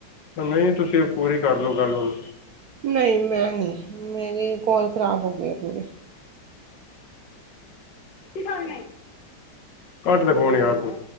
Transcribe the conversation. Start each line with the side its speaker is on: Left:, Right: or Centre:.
Left: ਨਹੀਂ ਤੁਸੀਂ ਪੂਰੀ ਕਰਲਓ ਗੱਲ ਹੁਣ
Right: ਨਹੀਂ ਮੈਂ ਨਹੀਂ ਮੇਰੀ ਕੌਲ ਖ਼ਰਾਬ ਹੋ ਗਈ ਪੂਰੀ।
Left: ਗਾਲ <unintelligible> ਕੱਟ ਦੇ ਫੋਨ ਯਾਰ ਤੂੰ